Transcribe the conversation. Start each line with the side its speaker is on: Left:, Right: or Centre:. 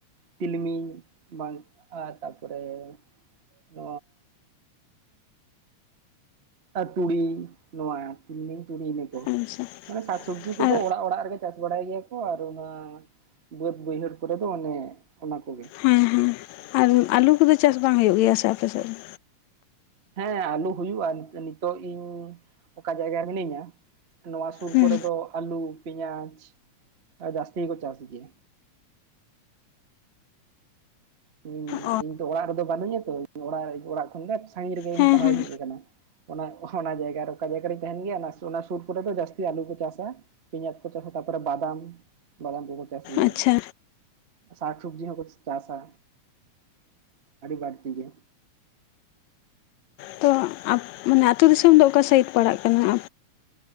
Right: ᱛᱤᱞᱢᱤᱧ ᱵᱟᱝᱼᱟ ᱛᱟᱯᱚᱨᱮ ᱟᱸᱻ ᱟᱹᱛᱩᱲᱤ ᱱᱚᱣᱟ ᱛᱤᱞᱢᱤᱧ ᱛᱩᱲᱤᱱᱟᱠᱚ
Left: ᱟᱪᱪᱷᱟ
Right: ᱢᱟᱱᱮ ᱥᱟᱠᱥᱚᱵᱽᱡᱤ ᱠᱚᱫᱚ
Left: ᱟᱨ
Right: ᱚᱲᱟᱜ ᱚᱲᱟᱜ ᱨᱮᱜᱮ ᱪᱟᱥ ᱵᱟᱲᱟᱭ ᱜᱮᱭᱟ ᱠᱚ ᱟᱨ ᱚᱱᱟ ᱵᱟᱹᱫᱽ ᱵᱟᱹᱭᱦᱟᱹᱲ ᱠᱚᱨᱮ ᱫᱚ ᱚᱱᱮ ᱚᱱᱟ ᱠᱚᱜᱮ
Left: ᱦᱮᱸ ᱦᱮᱸ ᱟᱨ ᱟᱹᱞᱩ ᱠᱚᱫᱚ ᱪᱟᱥ ᱵᱟᱝ ᱦᱩᱭᱩᱜ ᱜᱮᱭᱟ ᱥᱮ ᱟᱯᱮ ᱥᱮᱫ ᱫᱚ
Right: ᱦᱮᱸ ᱟᱹᱞᱩ ᱦᱩᱭᱩᱜᱼᱟ ᱱᱤᱛᱚᱜ ᱤᱧ ᱚᱠᱟ ᱡᱟᱭᱜᱟ ᱨᱮ ᱢᱤᱱᱟᱹᱧᱟ ᱱᱚᱣᱟ ᱥᱩᱨ
Left: ᱦᱮᱸ
Right: ᱠᱚᱨᱮ ᱫᱚ ᱟᱹᱞᱩ ᱯᱮᱸᱭᱟᱡᱽ ᱡᱟᱹᱥᱛᱤ ᱜᱮᱠᱚ ᱪᱟᱥ ᱜᱮᱭᱟ ᱦᱩᱸ
Left: ᱚ
Right: ᱤᱧ ᱫᱚ ᱚᱲᱟᱜ ᱨᱮᱫᱚ ᱵᱟᱹᱱᱩᱜ ᱤᱧᱟ ᱛᱚ ᱚᱲᱟᱜ ᱚᱲᱟᱜ ᱠᱷᱚᱱ ᱫᱚ ᱥᱟᱺᱜᱤᱧ ᱨᱮᱜᱮᱹᱧ
Left: ᱦᱮᱸ
Right: ᱯᱟᱲᱦᱟᱣ
Left: ᱦᱮᱸ
Right: ᱤᱧ ᱦᱮᱡ ᱟᱠᱟᱱᱟ ᱚᱱᱟ ᱚᱱᱟ ᱡᱟᱭᱜᱟ ᱨᱮ ᱚᱠᱟ ᱡᱟᱭᱜᱟ ᱨᱤᱧ ᱛᱟᱦᱮᱱ ᱜᱮᱭᱟ ᱚᱱᱟ ᱚᱱᱟ ᱥᱩᱨ ᱠᱚᱨᱮ ᱫᱚ ᱡᱟᱹᱥᱛᱤ ᱟᱹᱞᱩ ᱠᱚ ᱪᱟᱥᱟ ᱯᱮᱸᱭᱟᱡᱽ ᱠᱚ ᱪᱟᱥᱟ ᱛᱟᱯᱚᱨᱮ ᱵᱟᱫᱟᱢ ᱵᱟᱫᱟᱢ ᱠᱚᱠᱚ ᱪᱟᱥ ᱜᱮᱭᱟ
Left: ᱟᱪᱪᱷᱟ
Right: ᱥᱟᱠ ᱥᱚᱵᱽᱡᱤ ᱦᱚᱸ ᱠᱚ ᱪᱟᱥᱟ ᱟᱹᱰᱤ ᱵᱟᱹᱲᱛᱤ ᱜᱮ
Left: ᱛᱚ ᱢᱟᱱᱮ ᱟᱹᱛᱩ ᱫᱤᱥᱚᱢ ᱫᱚ ᱚᱠᱟ ᱥᱮᱫ ᱯᱟᱲᱟᱜ ᱠᱟᱱᱟ?